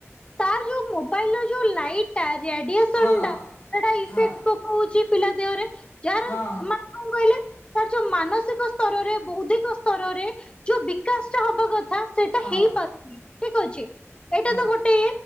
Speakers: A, on the left; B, on the left.
A: ତାର ଯୋଉ ମୋବାଇଲ ର ଯୋଉ ଲାଇଟ୍ ରେଡିଅସ୍ ଥଣ୍ଡା
B: ହଁ
A: ସେଟା ଇଫେକ୍ଟ
B: ହଁ
A: ପକଉଛି ପିଲା ଦେହରେ ଯାହାର
B: ହଁ
A: ମା କଣ କହିଲେ ତାର ଯୋଉ ମାନସିକ ସ୍ତରରେ ବୌଦ୍ଧିକ ସ୍ତରରେ ଯୋଉ ବିକାଶ ଟା ହବା କଥା। ସେଇଟା
B: ହଁ ହଁ
A: ହେଇପାରୁନି ଠିକ ଅଛି ଏଇଟା
B: ହଁ ହଁ ହଁ ହଁ
A: ତ ଗୋଟେ